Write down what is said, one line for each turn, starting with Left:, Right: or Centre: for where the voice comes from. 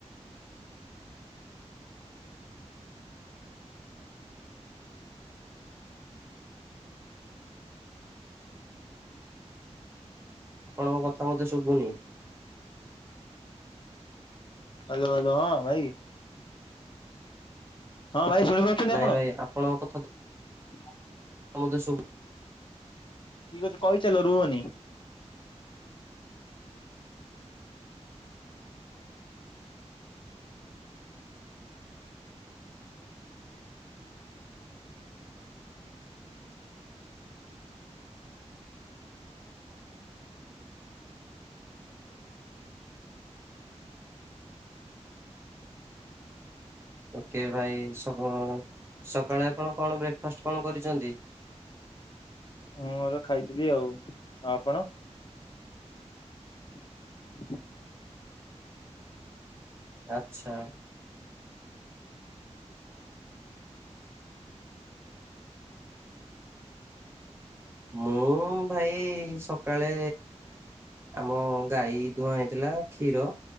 Right: ଆପଣଙ୍କ କଥା ମତେ ଶୁଭୁନି।
Left: ହ୍ୟାଲୋ ହ୍ୟାଲୋ ହଁ ଭାଇ ହଁ ଭାଇ ଶୁଣିପାରୁଛନ୍ତି
Right: ନାଇଁ
Left: ଆପଣ
Right: ଭାଇ ଆପଣଙ୍କ କଥା
Left: <inaudible>
Right: ଆ ସବୁ
Left: ଠିକ ଅଛି କହିଚାଲ ରୁହନି।
Right: ଓକେ ଭାଇ ସକାଳେ ସକାଳେ ଆପଣ କଣ ବ୍ରେକ୍ଫାଷ୍ଟ କଣ କରିଚନ୍ତି?
Left: ମୋର ଖାଇଥିଲି ଆଉ। ଆପଣ? <inaudible>
Right: ଆଚ୍ଛା। ମୁଁ ଭାଇ ସକାଳେ ଆମ ଗାଈ ଦୁୁହାଁଆଁ ହେଇଥିଲା କ୍ଷୀର